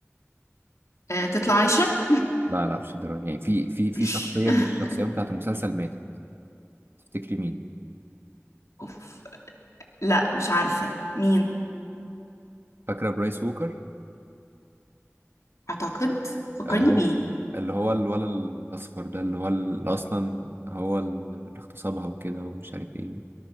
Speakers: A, on the left; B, on the right.
A: آه، تطلع عايشة
B: لا لا مش الدرجة يعني في في في
A: <laughs>
B: شخصية من الشخصيات بتاعت المسلسل ماتت تفتكري مين
A: أوف. لا مش عارفة مين
B: فاكرة برايس ووكر
A: أعتقد فكرني
B: اللي هو
A: بيه
B: اللي هو الولد الأصفر ده اللي هو اللي أصلا هو اللي اغتصبها وكده ومش عارف ايه